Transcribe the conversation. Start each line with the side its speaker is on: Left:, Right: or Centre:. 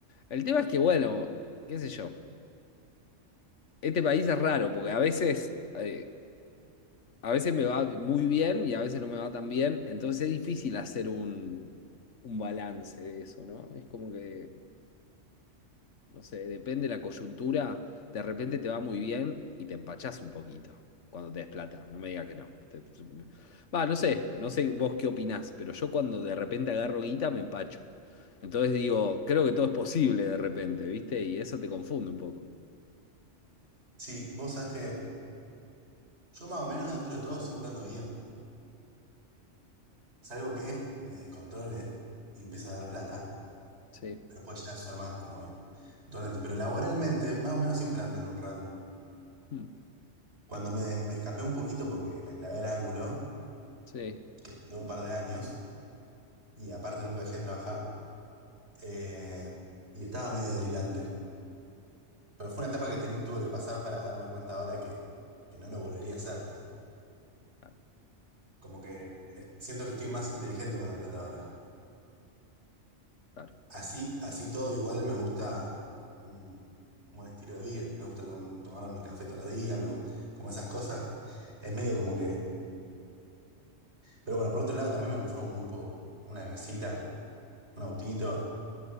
Left: El tema es que, bueno, qué sé yo, este país es raro porque a veces... eh, a veces me va muy bien y a veces no me va tan bien, entonces es difícil hacer un, un balance de eso, ¿no? Es como que, no sé, depende de la coyuntura, de repente te va muy bien y te empachás un poquito cuando te des plata, no me digas que no. Te- te- Va, no sé, no sé vos qué opinás, pero yo cuando de repente agarro guita me empacho. Entonces digo, creo que todo es posible de repente, ¿viste? Y eso te confunde un poco.
Right: si vos sabés que yo más o menos dentro de todo siempre ando bien. Salvo que me descontrole y empiece a dar plata.
Left: Sí,
Right: pero pues ya son más como donante. Pero laboralmente, más o menos siempre ando en un rango.
Left: Mm.
Right: Cuando me, me escapé un poquito porque la clavé al ángulo,
Left: sí,
Right: que duró un par de años, y aparte nunca dejé de trabajar, eh, y estaba medio delirante. Pero fue una etapa que ten- tuve que pasar para darme cuenta ahora que, que no lo volvería a hacer.
Left: Ah,
Right: Como que eh, siento que estoy más inteligente con la plata ahora.
Left: claro.
Right: Así, así todo igual me gusta un buen estilo de vida. Me gusta tom- tomar mi café todos los días, me gusta, como esas cosas. Es medio como que. Pero bueno, por otro lado también me conformo muy poco. Una casita, un autito